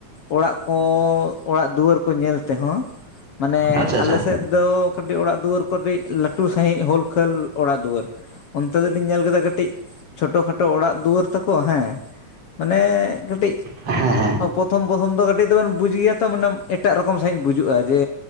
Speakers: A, on the left; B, on the right.
A: ᱚᱲᱟᱜ ᱠᱚ ᱚᱲᱟᱜ ᱫᱩᱣᱟᱹᱨ ᱠᱚ ᱧᱮᱞ ᱛᱮᱦᱚᱸ ᱢᱟᱱᱮ
B: ᱟᱪᱪᱷᱟ ᱟᱪᱪᱷᱟ
A: ᱟᱞᱮ ᱥᱮᱫ ᱫᱚ ᱠᱟᱹᱴᱤᱡ ᱚᱲᱟᱜ ᱫᱩᱣᱟᱹᱨ ᱠᱟᱹᱴᱤᱡ ᱞᱟᱹᱴᱩ ᱥᱟᱹᱦᱤᱡ ᱦᱳᱞ ᱠᱷᱟᱹᱞ ᱚᱲᱟᱜ ᱫᱩᱣᱟᱹᱨ, ᱚᱱᱛᱮ ᱫᱚᱞᱤᱧ ᱧᱮᱞ ᱠᱮᱫᱟ ᱠᱟᱹᱴᱤᱡ ᱪᱷᱳᱴᱳ ᱠᱷᱟᱴᱳ ᱚᱲᱟᱜ ᱫᱩᱣᱟᱹᱨ ᱛᱟᱠᱚ ᱦᱮᱸ, ᱢᱟᱱᱮ ᱠᱟᱹᱴᱤᱡ
B: ᱦᱮᱸ ᱦᱮᱸ
A: ᱯᱨᱚᱛᱷᱚᱢ ᱯᱨᱚᱛᱷᱚᱢ ᱫᱚ ᱠᱟᱹᱴᱤᱡ ᱫᱚᱵᱮᱱ ᱵᱩᱡ ᱜᱮᱭᱟ ᱛᱚ ᱢᱟᱱᱮ ᱮᱴᱟᱜ ᱨᱚᱠᱚᱢ ᱥᱟᱹᱦᱤᱡ ᱵᱩᱡᱩᱜ-ᱟ᱾ ᱡᱮ